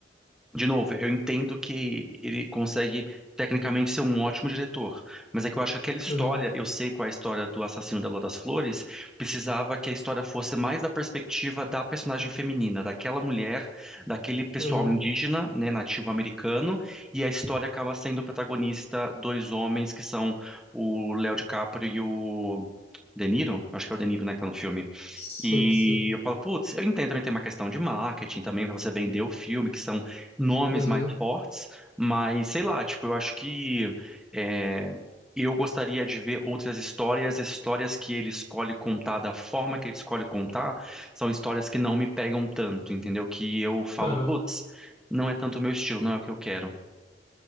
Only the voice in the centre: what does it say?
De novo, eu entendo que ele consegue tecnicamente ser um ótimo diretor, mas é que eu acho que aquela história,
eu sei qual é a história do assassino da Lua das Flores, precisava que a história fosse mais da perspectiva da personagem feminina, daquela mulher, daquele pessoal
indígena, né, nativo americano, e a história acaba sendo o protagonista dois homens que são o Léo DiCaprio e o De Niro, acho que é o De Niro, né, que tá no filme.
E
eu falo, putz, eu entendo também tem uma questão de marketing também, pra você vender o filme, que são nomes
mais fortes, mas sei lá, tipo, eu acho que é, eu gostaria de ver outras histórias, as histórias que ele escolhe contar, da forma que ele escolhe contar, são histórias que não me pegam tanto, entendeu? Que eu falo,
putz, não é tanto o meu estilo, não é o que eu quero.